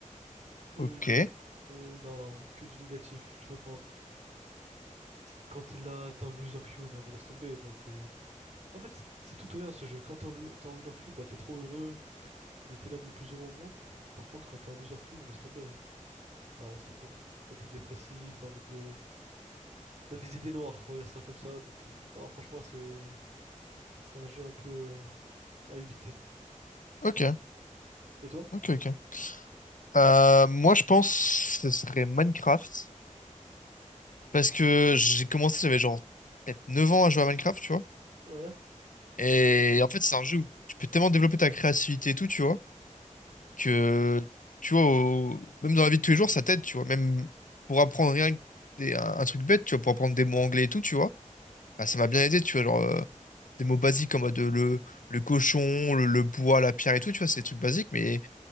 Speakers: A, on the right; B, on the left.
A: et,
B: Ok.
A: et non, que du négatif. Tu vois, quand, quand t'es là, t'es en loser queue, non mais laisse tomber, là c'est. En fait, c'est tout ou rien ce jeu. Quand t'es en, lo- t'es en winner queue, bah t'es trop heureux. T'es t'es l'homme le plus heureux au monde. Par contre, quand t'es en loser queue, laisse tomber. hein. Non, laisse tomber. Là, t'es dépressif, t'as envie de. T'as des idées noires, on va dire ça comme ça. Donc, euh, non, franchement, c'est. C'est un jeu un peu. euh, à éviter.
B: Ok.
A: Et toi?
B: Ok, ok. Euh, moi, je pense que ce serait Minecraft. Parce que j'ai commencé, j'avais genre peut-être 9 ans à jouer à Minecraft, tu vois.
A: Ouais.
B: Et en fait, c'est un jeu où tu peux tellement développer ta créativité et tout, tu vois, que, tu vois, au- même dans la vie de tous les jours, ça t'aide, tu vois. Même pour apprendre rien que des- un, un truc bête, tu vois, pour apprendre des mots anglais et tout, tu vois. Bah, ça m'a bien aidé, tu vois, genre euh, des mots basiques en mode euh, le, le cochon, le, le bois, la pierre et tout, tu vois, c'est des trucs basiques, mais